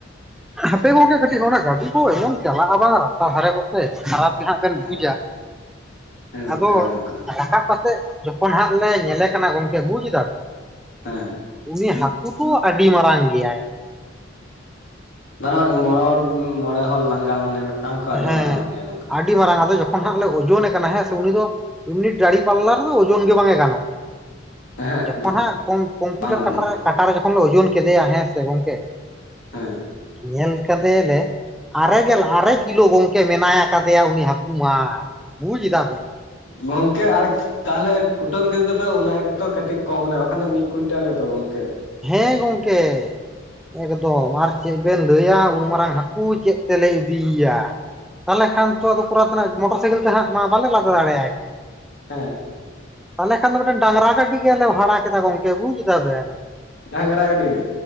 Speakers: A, in the centre; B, on the left.
A: ᱦᱟᱯᱮ ᱜᱚᱝᱠᱮ ᱠᱟᱹᱴᱤᱡ ᱱᱚᱣᱟ ᱜᱟᱹᱰᱤ ᱠᱚ ᱮᱢᱚᱱ ᱪᱟᱞᱟᱜᱼᱟ ᱵᱟᱝ ᱨᱟᱥᱛᱷᱟ ᱫᱷᱟᱨᱮ ᱠᱚ ᱠᱷᱟᱨᱟᱯ ᱜᱮ ᱦᱟᱸᱜ ᱵᱮᱱ
B: ᱦᱮᱸ
A: ᱵᱩᱡᱟ
B: ᱦᱮᱸ
A: ᱟᱫᱚ
B: ᱚᱝᱠᱟ ᱚᱝᱠᱟ
A: ᱨᱟᱠᱟᱵ ᱠᱟᱛᱮ ᱡᱚᱠᱷᱚᱱ ᱦᱟᱸᱜ ᱞᱮ ᱧᱮᱞᱮ ᱠᱟᱱᱟ ᱜᱚᱝᱠᱮ ᱵᱩᱡ ᱫᱟᱵᱮᱱ᱾
B: ᱦᱮᱸᱻ ᱾
A: ᱡᱮ ᱦᱟᱹᱠᱳ ᱫᱚ ᱟᱹᱰᱤ ᱢᱟᱨᱟᱝ ᱜᱮᱭᱟᱭ ᱾
B: ᱢᱟᱨᱟᱝ ᱟᱜ ᱜᱮ ᱢᱚᱬᱮ ᱦᱚᱲ ᱢᱚᱬᱮ ᱦᱚᱲ ᱞᱟᱸᱜᱟ ᱢᱟᱱᱮ ᱢᱤᱫᱴᱟᱝ ᱦᱟᱹᱠᱩ ᱟᱹᱰᱤ
A: ᱦᱮᱸ
B: ᱢᱟᱨᱟᱝᱚᱜ ᱜᱮᱭᱟ ᱜᱚᱝᱠᱮ
A: ᱟᱹᱰᱤ ᱢᱟᱨᱟᱝ ᱟᱫᱚ ᱡᱚ ᱠᱷᱚᱱ ᱦᱟᱸᱜ ᱞᱮ ᱳᱡᱳᱱᱮ ᱠᱟᱱᱟ ᱦᱮᱸ ᱥᱮ ᱩᱱᱤ ᱫᱚ ᱩᱱᱤ ᱰᱟᱹᱲᱤ ᱯᱟᱞᱞᱟ ᱨᱮᱫᱚ ᱳᱡᱳᱱ ᱜᱮ ᱵᱟᱝ ᱮ ᱜᱟᱱᱚᱜᱼᱟ᱾
B: ᱮᱦᱮᱸᱜ
A: ᱡᱚᱠᱷᱚᱱ ᱦᱟᱸᱜ ᱠᱚᱢ ᱠᱚᱢᱯᱤᱭᱩᱴᱟᱨ
B: ᱵᱟᱝ ᱜᱟᱱᱚᱜᱼᱟ
A: ᱠᱟᱴᱟ ᱴᱟᱠᱟ ᱨᱮ ᱡᱚᱠᱷᱚᱱ ᱞᱮ ᱳᱡᱳᱱ ᱠᱮᱫᱮᱭᱟ ᱦᱮᱸᱥᱮ ᱜᱚᱝᱠᱮ ᱾
B: ᱦᱩᱸᱻ
A: ᱧᱮᱞ ᱠᱟᱫᱮᱭᱟᱞᱮ ᱟᱨᱮ ᱜᱮ ᱞᱦᱟᱨᱮ ᱠᱤᱞᱳ ᱜᱚᱝᱠᱮ ᱢᱮᱱᱟᱭ ᱟᱠᱟᱫᱮᱭᱟ ᱩᱱᱤ ᱦᱟᱹᱠᱩ ᱢᱟ ᱵᱩᱡᱽ ᱫᱟᱵᱮᱱ ᱾
B: ᱜᱚᱝᱠᱮ ᱟᱨ <inaudible> ᱛᱟᱦᱚᱞᱮ ᱠᱩᱴᱟᱹᱢ ᱠᱮᱫᱮ ᱫᱚᱯᱮ ᱚᱱᱟ ᱜᱮᱛᱚ ᱠᱟᱹᱴᱤᱡ ᱠᱚᱢ ᱱᱟ ᱵᱟᱠᱷᱟᱱ ᱫᱚ ᱢᱤᱫ ᱠᱩᱧᱴᱟᱞ ᱜᱮᱛᱚ ᱜᱚᱝᱠᱮ
A: ᱦᱮᱸ ᱜᱚᱝᱠᱮ ᱮᱠᱫᱚᱢ ᱟᱨ ᱪᱮᱫ ᱵᱮᱱ ᱞᱟᱹᱭᱟ ᱩᱱ ᱢᱟᱨᱟᱝ ᱦᱟᱹᱠᱩ ᱪᱮᱫ ᱛᱮᱞᱮ ᱤᱫᱤ ᱮᱭᱟ ᱛᱟᱦᱚᱞᱮ ᱠᱷᱟᱱ ᱛᱚ ᱫᱚ ᱠᱚᱨᱟᱣ ᱛᱮᱱᱟᱜ ᱢᱚᱴᱚᱨ ᱥᱟᱭᱠᱮᱞ ᱛᱮ ᱦᱟᱸᱜ ᱢᱟ ᱵᱟᱞᱮ ᱞᱟᱫᱮ ᱫᱟᱲᱮᱭᱟᱭ ᱠᱟᱱᱟ
B: ᱦᱮᱸ
A: ᱛᱟᱦᱚᱞᱮ ᱠᱷᱟᱱ ᱫᱚ ᱢᱤᱫ ᱴᱮᱱ ᱰᱟᱝᱨᱟ ᱜᱟᱹᱰᱤ ᱜᱮᱞᱮ ᱵᱷᱟᱲᱟ ᱠᱮᱫᱟ ᱜᱚᱝᱠᱮ ᱵᱩᱡ ᱫᱟ ᱵᱮᱱ
B: ᱰᱟᱝᱨᱟ ᱜᱟᱹᱰᱤ ᱜᱮ